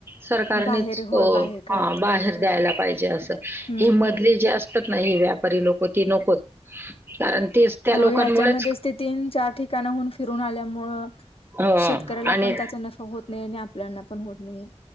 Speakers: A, on the right; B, on the left.
A: सरकारनेच
B: बाहेर होय
A: तो
B: बाहेर काढता
A: बाहेर
B: यायला
A: द्यायला पाहिजे अस
B: हम्म
A: हे मधले
B: हम्
A: जे असत आहेत ना व्यापारी लोक त नकोच कारण तेच त्या
B: हो
A: लोकांमुळे
B: याच्यामध्येच ते तीन चार ठिकाणाहून फिरून आल्यामुळ
A: ह
B: शेतकऱ्याला
A: आणि
B: पण त्याचा नफा होत नाही आणि आपल्याना पण होत नाहीे